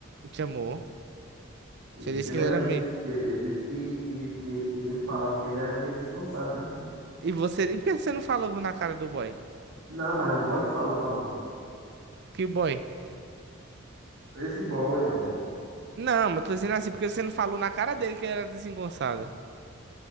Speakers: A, on the right (about 55°); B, on the right (about 75°).
A: chamou.
B: Ele
A: Você
B: disse
A: disse
B: que ele
A: que ele
B: era
A: era
B: meio.
A: meio.
B: des- que- Ele disse que, que, que, que ele falava que ele era meio desengonçado, né?
A: E você. E por que você não falou na cara do boy?
B: Não, mas o boy que falou pra mim.
A: Que boy?
B: Esse boy, homem.
A: Não, mas tô dizendo assim, porque você não falou na cara dele que ele era desengonçado.